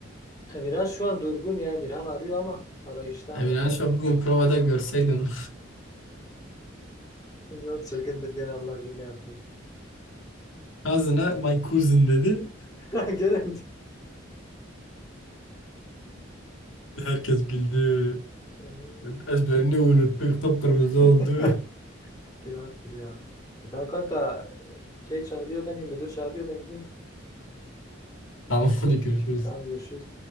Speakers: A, on the left; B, on the left.
A: Emirhan şu an durgun ya. Emirhan arıyor ama arayışta.
B: Emirhan şu an bugün provada görseydin.
A: बहुत Çılgındır gene Allah bilir ne yapıyor.
B: <laughs> Kazına my cousin dedi.
A: <laughs> Gene
B: Herkes güldü.
A: Aman.
B: Ezberini unuttuk. Kıpkırmızı
A: <laughs>
B: oldu.
A: günahtır ya. E Tamam kanka e, şey çağırıyor beni müdür çağırıyor ben gideyim.
B: <laughs> Tamam hadi görüşürüz.
A: Tamam görüşürüz.